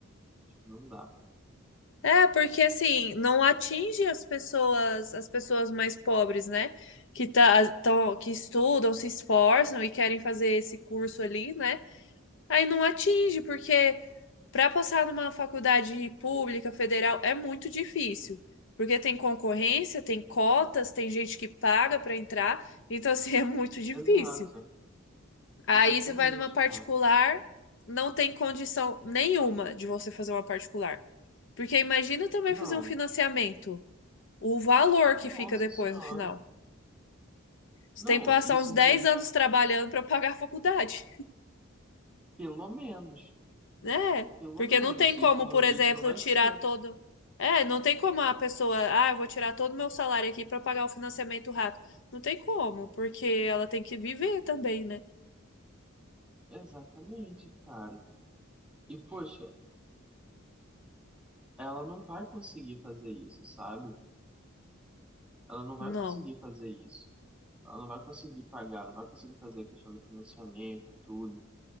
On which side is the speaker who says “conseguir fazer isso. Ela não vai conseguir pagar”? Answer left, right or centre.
Centre